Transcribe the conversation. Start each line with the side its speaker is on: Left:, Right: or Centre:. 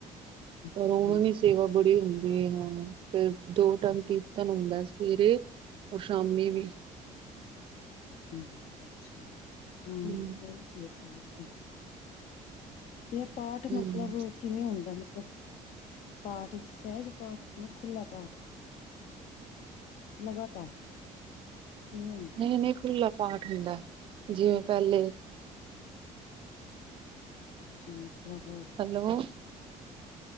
Left: ਅੱਛਾ
Right: ਪਰ ਉਵੇ ਵੀ ਸੇਵਾ ਬੜੀ ਹੁੰਦੀ ਹਾਂ। ਤੇ ਦੋ ਟੈਮ ਕੀਰਤਨ ਹੁੰਦਾ ਸਵੇਰੇ ਔਰ ਸ਼ਾਮੀ ਵੀ।
Left: ਹੂੰ, ਅੱਛਾ ਹੂੰ
Right: ਹਮ
Left: ਗਏ ਸੀ ਅਸੀ ਵੀ ਤੇ ਏ ਪਾਠ
Right: ਹਮ
Left: ਮਤਲਬ ਕਿਵੇਂ ਹੁੰਦਾ ਮਤਲਬ ਪਾਠ ਸਹਿਜ-ਪਾਠ ਖੁੱਲਾ ਪਾਠ ਲਗਾਤਾਰ। ਕਿਵੇਂ ਹੁੰਦਾ?
Right: ਨਹੀਂ -ਨਹੀਂ ਖੁੱਲਾ ਪਾਠ ਹੁੰਦਾ, ਜਿਵੇਂ ਪਹਿਲੇ
Left: ਚਤ ਬ <inaudible>
Right: ਹੈਲੋ,